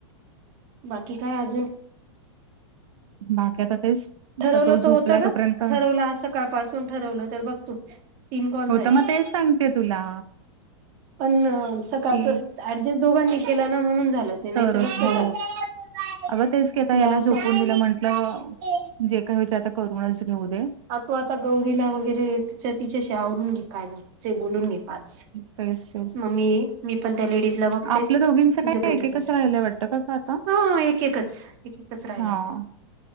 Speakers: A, on the right; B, on the right.
A: बाकी काय आजून
B: बाकी आता तेच आता
A: ठरवलं
B: तो झोपलाय
A: तर होतं ग
B: तोपर्यंत
A: ठरवलं आज सकाळपासून ठरवलं तर बघ तू तीन कॉल
B: होत
A: झाले
B: मग तेच सांगतेय तुला
A: पण सकाळच
B: कि
A: ऍडजस्ट दोघांनी केलं ना म्हणून झालं ते नाही
B: तरच
A: तर नसत
B: हो
A: झालं
B: अग तेच की आता याला
A: या
B: झोपून
A: सण
B: दिलं म्हण आपलं जे काय होइल ते आता करूनच घेऊ दे
A: हा तू आता गौरीला वगैरे तिच्या तिच्याशी आवरून घे काय बोलायचंय घे पाच
B: ट्रेस.
A: म मी मी पण त्या लेडीजला बघते
B: आपल्या
A: तिचं
B: दोघींचं काय
A: भेटत
B: एकेकच
A: असेल
B: राहिलंय वाटतं का ग आता
A: हां एक एकच तिथंच राहिलाय
B: हा